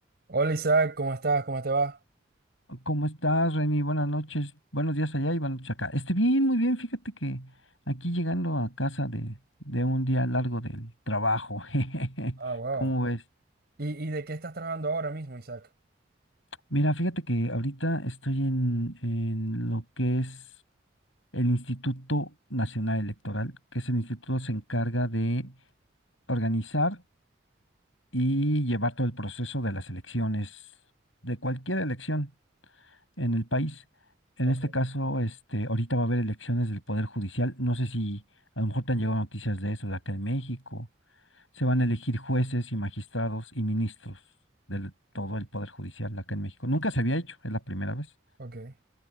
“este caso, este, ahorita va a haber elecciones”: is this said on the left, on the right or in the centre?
Left